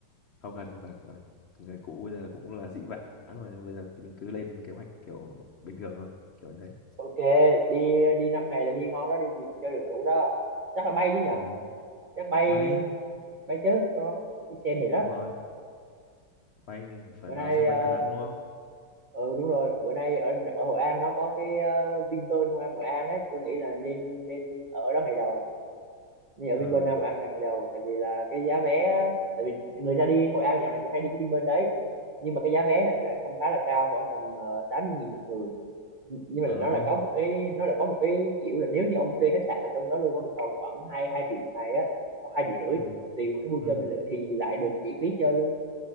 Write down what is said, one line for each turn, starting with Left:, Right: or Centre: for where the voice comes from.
Left: không cần không cần không cần. người cũ bây giờ cũng là dĩ vãng rồi nhưng bây giờ thì mình cứ lên kế hoạch kiểu bình thường thôi kiểu như thế
Right: ok đi đi 5 ngày là đi ngon đó đi đi chơi được đủ đó chắc là bay chứ nhỉ
Left: ừ.
Right: chắc bay
Left: bay
Right: bay chứ đúng không đi xe mệt lắm
Left: đúng rồi bay phải
Right: bữa
Left: vào
Right: nay
Left: sân
Right: ờ,
Left: bay Đà Nẵng đúng không
Right: ừ đúng rồi bữa nay ở ở Hội An nó có cái uh, Vinpearl Hội An Hội An ấy tôi nghĩ là nên nên ở đó ngày đầu nên ở Vinpearl
Left: ờ
Right: Nam Hội An là ngày đầu tại vì là cái giá vé tại vì người ta đi Hội An dạo này cũng hay đi cái Vinpearl đấy nhưng mà cái giá vé lại là không khá là cao khoảng tầm ờ, tám mươi nghìn một người nhưng
Left: ờ
Right: mà nó là có một cái nó là có một cái kiểu là nếu như ông thuê khách sạn ở trong đó luôn có một phòng khoảng hai hai triệu một ngày á hoặc hai triệu rưỡi
Left: ừ
Right: tùy vào cái vui
Left: ừ
Right: chơi mình lựa thì lại được miễn phí chơi luôn